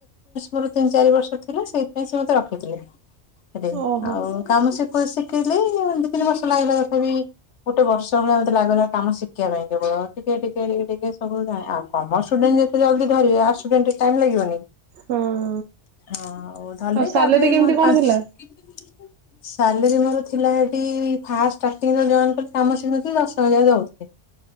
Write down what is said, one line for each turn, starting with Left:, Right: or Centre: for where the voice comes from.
Left: ମୋର ତିନି ଚାରି ବର୍ଷ ଥିଲା ସେଇଥିାଇଁ ସେ ମତେ ରଖିଥିଲେ।
Right: ଓହୋ
Left: ଆଉ କାମ ଶିଖିଇି ଦି ତିନି ବର୍ଷ ଲାଗିବା ତଥା ବିି ଗୋଟେ ବର୍ଷ ଭଳିଆ ମେ ଲାଗିଲା କାମ ଶିଖିବା ପାଇଁ କେବ ଟିକେ ଟିକେ ଟିକେ ଟିକେ ସବୁ ଜା ଆ କମର୍ଶ ସ୍ଟୁଡେଣ୍ଟ ଯେତେ ଜଲଦି ଧିରିବେ ଆଡ୍ସ ସ୍ଟୁଡେଣ୍ଟ ଟାଇମ ଲାଗିବନି।
Right: ହଁ।
Left: ହଁ ଆଉ ଧରିଲି
Right: ସାଲେରୀ
Left: ତାପରେ
Right: କେମିତି
Left: ମୁଁ
Right: କଣ
Left: ପାଞ୍ଚ
Right: ଥିଲା?
Left: ସାଲେରୀ ମୋର ଥିଲା ହେ ଏଠି ଫାଷ୍ଟ ଷ୍ଟାଟିଙ୍ଗି ଜଏନ କରି କାମ ଶିଖିନଥିଲି ଦଶ ହଜାର ଦଉଥିଲେ।